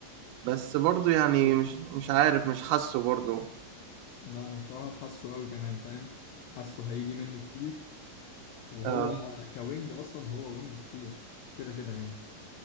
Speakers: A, on the right; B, on the left.
A: بس برضه يعني مش مش عارف مش حاسه برضه
B: لا انا بصراحه حاسه قوي كمان فاهم حاسه هيجي منه كتير وهو
A: اه
B: كوينج اصلا هو وينج خطير كده كده يعني